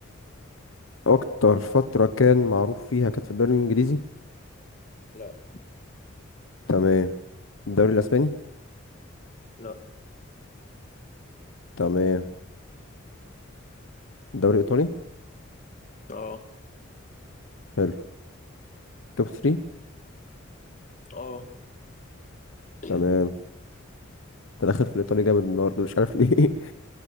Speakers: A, on the left; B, on the left.
A: اكتر فترة كان معروف فيها كانت في الدوري الانجليزي
B: لا
A: تمام الدوري الاسباني
B: لا
A: تمام الدوري الايطالي
B: اه
A: حلو توب 3
B: اه <clears throat>
A: تمام انت داخل في الايطالي جامد النهارده مش عارف ليه <laughs>